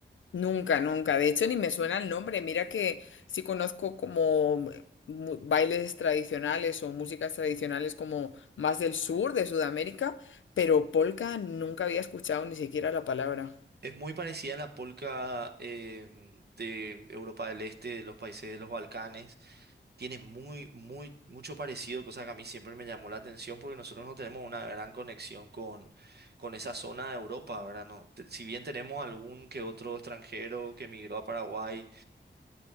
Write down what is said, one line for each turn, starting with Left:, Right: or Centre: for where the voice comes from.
Left: Nunca, nunca. De hecho, ni me suena el nombre. Mira que sí conozco como mu- bailes tradicionales o músicas tradicionales como más del sur de Sudamérica, pero polka nunca había escuchado ni siquiera la palabra.
Right: Es muy parecida a la polca em, de Europa del Este, de los países de los Balcanes. Tiene muy, muy, mucho parecido, cosa que a mí siempre me llamó la atención porque nosotros no tenemos una gran conexión con, con esa zona de Europa, ¿verdad? No, te- si bien tenemos algún que otro extranjero que emigró a Paraguay,